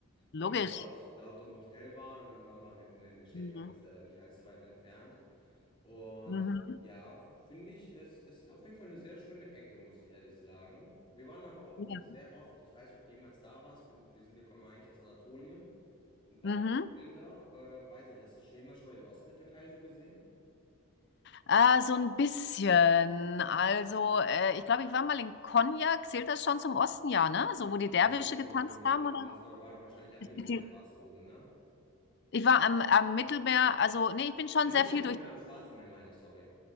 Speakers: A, on the left; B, on the left.
A: logisch.
B: Weil wir dort, dort im Hotel waren und dann waren wir halt in der Tschechei,
A: Mhm.
B: was ja dann nicht allzu weit entfernt. Und
A: Mhm.
B: ja, finde ich, es ist auf jeden Fall eine sehr schöne Ecke, muss ich ehrlich sagen. Wir waren aber auch,
A: Ja.
B: wo ich sehr oft, ich weiß nicht, ob du jemals da warst, wir, wir sind ja, kommen ja eigentlich aus Anatolien, im Bereich
A: Mhm.
B: Anatolien da. Äh, weiß nicht, hast du schon jemals schon mal den Osten der Türkei so gesehen?
A: Äh, so ein bisschen. Also, äh, ich glaube, ich war mal in Konya. Zählt das schon zum Osten, ja, ne? So,
B: Ist
A: wo
B: eher,
A: die Derwische
B: ist eher
A: getanzt
B: so die Mitte.
A: haben, oder?
B: Du hast, war, war wahrscheinlich am Mittelmeer
A: Mit die-
B: warst du oben, ne?
A: Ich war am, am Mittelmeer. Also, nee, ich bin schon
B: Äh,
A: sehr
B: nicht
A: viel
B: am Mittelmeer,
A: durch
B: am Schwarzen Meer meine ich, sorry.